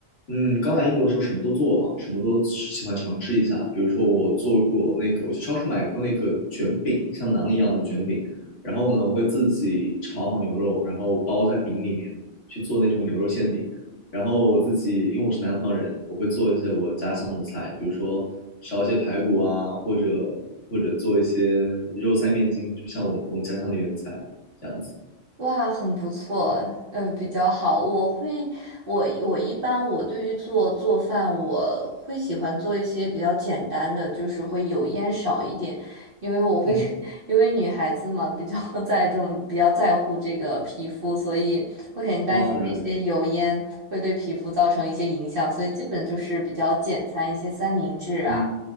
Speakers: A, on the left; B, on the right.
A: 嗯，刚来英国的时候什么都做嘛，什么都喜欢尝试一下。比如说，我做过那个，我去超市买过那个卷饼，像馕一样的卷饼。然后呢，我会自己炒好牛肉，然后包在饼里面去做那种牛肉馅饼。然后我自己，因为我是南方人，我会做一些我家乡的菜，比如说烧一些排骨啊，或者或者做一些肉塞面筋，就像我们我们家乡那边的菜这样子。
B: 哇，很不错，呃，比较好。我会，我我一般我对于做做饭，我会喜欢做一些比较简单的，就是会油烟少一点，因为我会，
A: 嗯，
B: <laughs> 因为女孩子嘛，比较 <laughs> 在重，比较在乎这个皮肤，所以会很担心那些油烟会对皮肤造成一些影响，
A: 好，了解。
B: 所以基本就是比较简餐，一些三明治啊，
A: 对